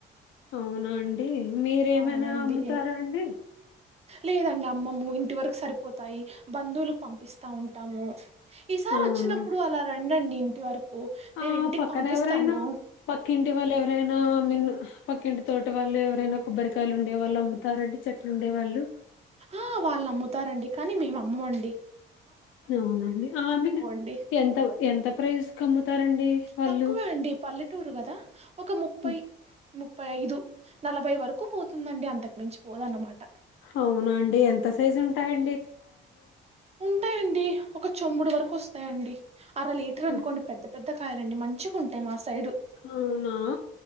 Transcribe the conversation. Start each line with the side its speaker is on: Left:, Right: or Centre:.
Left: అవునా అండి మీరేమైనా
Right: అవునండి
Left: అమ్ముతారా అండి
Right: లేదండి అమ్మము ఇంటి వరకు సరిపోతాయి బంధువులకు పంపిస్తా ఉంటా ఉంటాము ఈసారి
Left: అవునా?
Right: వచ్చినప్పుడు అలా ఉందండీ ఇంటి వరకు
Left: ఆ
Right: నేను ఇంటికి
Left: పక్కన
Right: పంపిస్తాను
Left: ఎవరైనా పక్కింటి వాళ్ళు ఎవరైనా మిన్న పక్కింటి తోట వాళ్ళు ఎవరైనా కొబ్బరికాయలు ఉండేళ్ళు అముతారండి చెట్లు ఉండేవాళ్ళు
Right: ఆ వాళ్ళు అమ్ముతారండి కానీ మేము అమ్మము అండి
Left: అవునండి ఆ మీన్
Right: అండి
Left: ఎంత ఎంత ప్రైస్ అమ్ముతారండి వాళ్ళు
Right: తక్కువే అండి పల్లెటూరు కదా ఒక ముప్పై
Left: హ్మ్.
Right: ముప్పై ఐదు నలభై వరకు పోతు ఉందండీ అంతకు మించి పోదన్నమాట
Left: అవునా అండి ఎంత సైజ్ ఉంట టాయ్ అండి
Right: ఉంటాయంండి ఒక చొంబుడు వరకు వస్తంది అర లీటర్
Left: హ్మ్.
Right: అనుకోండి పెద్ద పెద్ద కాయలుండి మంచిగా ఉంటాయి మా సైడు
Left: అవునా